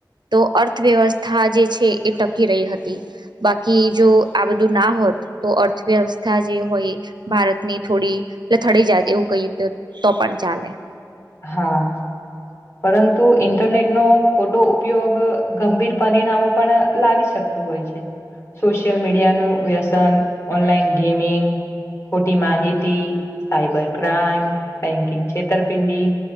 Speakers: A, on the right; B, on the left.
A: તો અર્થવ્યવસ્થા જે છે એ ટકી રહી હતી બાકી જો આ બધું ના હોત તો અર્થવ્યવસ્થા જે હોય ભારતની થોડી લથડી જત એવું કઈ તો પણ ચાલે
B: હા પરંતુ ઈન્ટરનેટ નો ખોટો ઉપયોગ ગંભીર પરિણામો પણ લાવી શકતું હોય સોશિયલ મીડિયાનું વ્યસન ઓનલાઈન ગેમિંગ ખોટી માહિતી સાયબર ક્રાાઈમ બેંકિંગ છેતરપિંડી